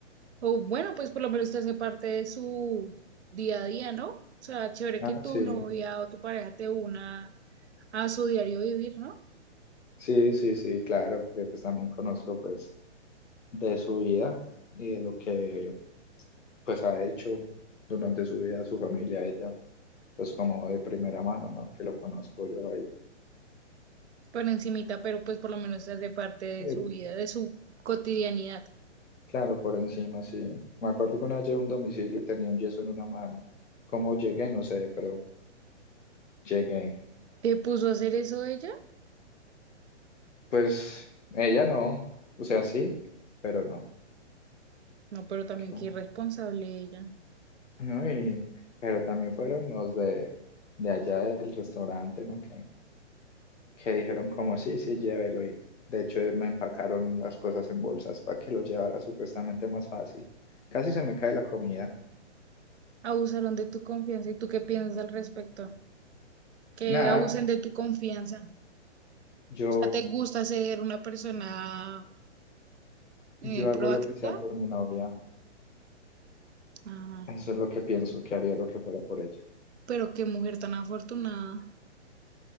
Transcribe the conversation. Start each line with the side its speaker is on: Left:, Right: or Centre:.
Right: o bueno, pues por lo menos te hace parte de su día a día, ¿no? O sea, chévere
Left: Ah,
Right: que tu
Left: sí,
Right: novia o tu pareja te una a su diario vivir, ¿no?
Left: sí, sí, sí, claro, porque pues también conozco pues de su vida y de lo que pues ha hecho durante su vida, su familia, ella. pues como de primera mano, ¿no? Que lo conozco yo ahí.
Right: Por encimita, pero pues por lo menos te hace parte de
Left: Eh,
Right: su vida, de su cotidianidad.
Left: claro, por encima, sí. Me acuerdo que una vez llegué a un domicilio y tenía un yeso en una mano. ¿Cómo llegué? No sé, pero llegué.
Right: ¿Te puso a hacer eso ella?
Left: Pues ella no, o sea, sí, pero no.
Right: No, pero también
Left: Qué bo-
Right: qué irresponsable ella.
Left: No, y- pero también fueron los de, de allá del restaurante, ¿no? Que, que dijeron como, sí, sí, llévelo. Y de hecho me empacaron las cosas en bolsas para que lo llevara supuestamente más fácil. Casi se me cae la comida.
Right: Abusaron de tu confianza. ¿Y tú qué piensas al respecto? Que
Left: Nada,
Right: abusen de tu confianza.
Left: yo
Right: sea, ¿te gusta ser una persona eh,
Left: Yo
Right: proactiva?
Left: hago lo que sea por mi novia.
Right: Ah,
Left: Eso es lo que pienso, que haría lo que fuera por ella.
Right: pero qué mujer tan afortunada.